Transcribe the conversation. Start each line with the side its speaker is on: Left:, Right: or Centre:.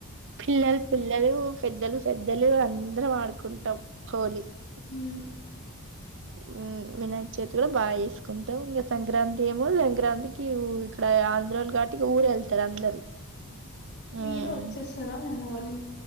Right: పిల్లలు పిల్లలు పెద్దలు పె పెద్దలు అందరం ఆడుకుంటాం హోలీ <unintelligible>
Left: హ్మ్
Right: హ్మ్ వినాయకచవితి కూడా బాగా చేసుకుంటాం ఇంకా సంక్రాంతి ఏమో సంక్రాంతి ఇక్కడ ఆంధ్రాలు గట్ <unintelligible> ఇక ఊరెళ్తారు అందరూ హ్మ్.
Left: మీరు వచ్చేస్తారా మీ అమ్మ వాళ్ళ ఇం